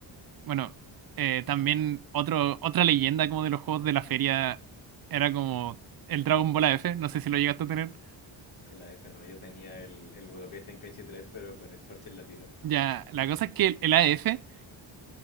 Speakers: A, on the right (about 50°); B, on the left (about 75°).
A: Bueno, eh, también otro, otra leyenda como de los juegos de la feria era como el Dragon Ball A f no sé si lo llegaste a tener.
B: En la F, no, yo tenía el, el Budokai Tenkaichi tres pero con el parche en latino.
A: Ya, la cosa es que el, el A f